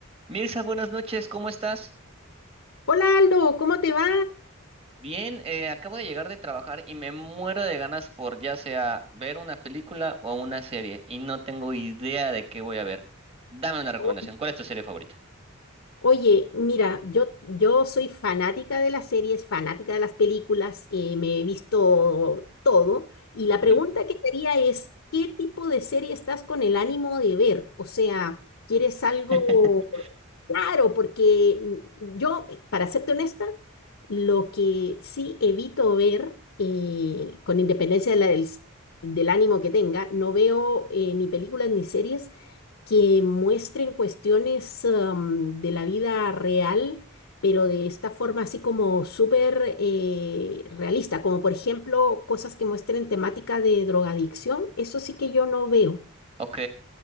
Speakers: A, on the right; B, on the left.
A: Mirza, buenas noches, ¿cómo estás?
B: Hola Aldo, ¿cómo te va?
A: Bien, eh, acabo de llegar de trabajar y me muero de ganas por ya sea ver una película o una serie y no tengo idea de qué voy a ver. Dame una recomendación,
B: O-
A: ¿cuál es tu serie favorita?
B: Oye, mira, yo, yo soy fanática de las series, fanática de las películas, eh, me he visto todo y la pregunta
A: Ujú.
B: que te haría es, ¿qué tipo de serie estás con el ánimo de ver? O sea, ¿quieres algo
A: <laughs>
B: claro? Porque mm, yo, eh, para serte honesta, lo que sí evito ver, eh, con independencia de la- del, s- del ánimo que tenga, no veo eh, ni películas ni series que muestren cuestiones am, de la vida real, pero de esta forma así como súper eh, realista, como por ejemplo cosas que muestren temática de drogadicción, eso sí que yo no veo.
A: Ok,